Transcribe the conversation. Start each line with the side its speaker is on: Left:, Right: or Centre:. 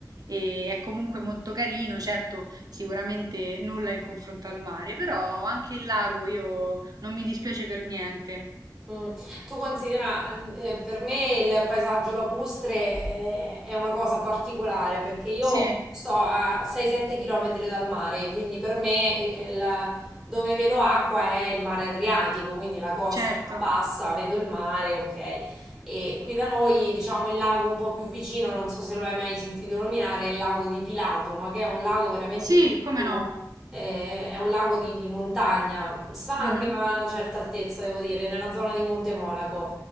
Right: e è comunque molto carino, certo, sicuramente nulla in confronto al mare, però anche il lago io non mi dispiace per niente.
Centre: Mm. Tu considera, eh, per me il paesaggio lacustre eh, è, una cosa particolare perché io
Right: Sì,
Centre: sto a 6-7 km dal mare, quindi per me eh, il- dove vedo acqua è il mare Adriatico, quindi la costa
Right: certo.
Centre: la bassa, vedo il mare, ok. E qui da noi, diciamo, il lago un po' più vicino, non so se lo hai mai sentito nominare, è il lago di Pilato, ma che è un lago veramente
Right: Sì,
Centre: piccolo
Right: come no.
Centre: Eh, È un lago di, di montagna, sta
Right: Mhm.
Centre: anche a una certa altezza, devo dire, nella zona di Monte Monaco.